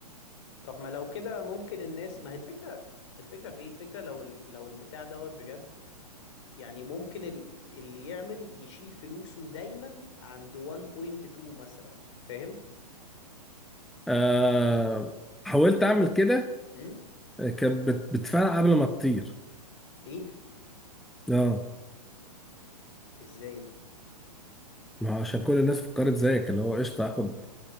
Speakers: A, on the left (about 45°); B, in the centre.
A: طب ما لو كده ممكن الناس ما هي الفكرة الفكرة في ايه الفكرة لو ال... لو البتاع دوت بجد يعني ممكن ال- اللي يعمل يشيل فلوسه دايما عند 1.2 مثلا فاهم
B: آه... حاولت اعمل كده
A: امم
B: كانت بت- بتفرقع قبل ما تطير
A: ايه
B: اه
A: ازاي ده
B: ما هو عشان كل الناس فكرت زيك اللي هو قشطة هاخد